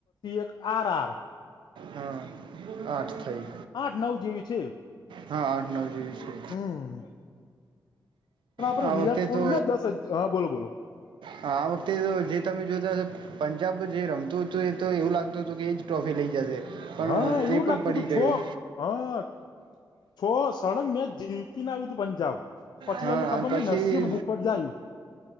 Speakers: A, on the left; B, on the right.
A: એક આર આર
B: હા આઠ થઈ.
A: આઠ નવ જેવી છે
B: હા આઠ નવ જ છે.
A: હમ પણ આપડે
B: આ
A: વિરાટ
B: વખતે તો
A: કોહલીને દસ હજ. હા બોલો બોલો.
B: આ વખતે જે તમે જોતા હો પંજાબ જે રમતું હતું એ તો એવું લાગતું હતું કે એ જ ટ્રોફી લઇ જશે. પણ
A: હા
B: તે
A: એવું જ
B: પણ
A: લાગતું
B: પડી
A: હતું
B: ગયું.
A: છ હા છો સડંગ મે જીતીને આવ્યું તું પંજાબ પછી
B: હા
A: એમને ખબર
B: અને પછી
A: નય નસીબ ઉપર જાયું